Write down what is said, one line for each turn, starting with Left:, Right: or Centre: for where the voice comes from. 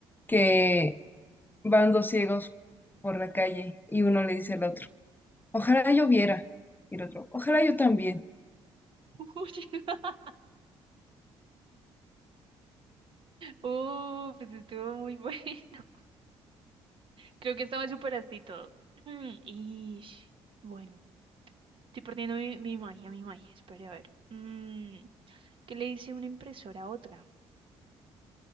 Left: que Van dos ciegos por la calle y uno le dice al otro, ojalá yo viera. Y el otro, ojalá yo también.
Right: Uy, <laughs> oh, pues estuvo muy bueno. <laughs> Creo que esta me superaste y todo. Y bueno, estoy perdiendo mi, mi magia, mi magia. Espera, a ver. Mm, ¿qué le dice una impresora a otra?